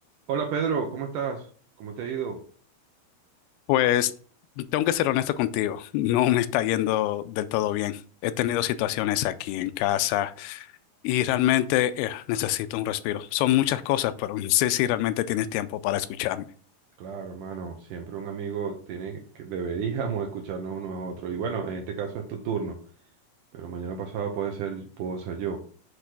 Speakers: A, on the right (about 75°); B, on the left (about 85°).
A: Hola Pedro, ¿cómo estás? ¿Cómo te ha ido?
B: Pues tengo que ser honesto contigo, no me está yendo del todo bien. He tenido situaciones aquí en casa y realmente eh, necesito un respiro. Son muchas cosas, pero no sé si realmente tienes tiempo para escucharme.
A: Claro, hermano, siempre un amigo tiene que deberíamos escucharnos unos a otros. Y bueno, en este caso es tu turno, pero mañana pasado puede ser, puedo ser yo.